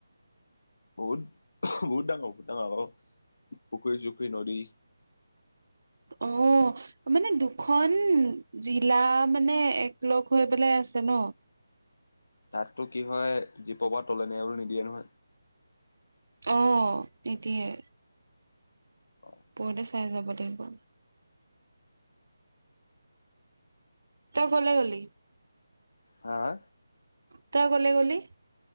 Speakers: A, on the left; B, on the right.
A: বহুত বহুত ডাঙ। <unintelligible> পুখুৰী চুখুৰী নদী
B: অ, মানে দুখন জিলা মানে একেলগ হৈ পেলাই আছে ন।
A: তাত তো কি হয় জীপ পা তলে নিয়াবলে নিদিয়ে নহয়।
B: অ, নিদিয়ে।
A: অ।
B: পৰুতে চাই যাব লাগিব। তই কলে গলি?
A: হা হা?
B: তই কলে গ'লি?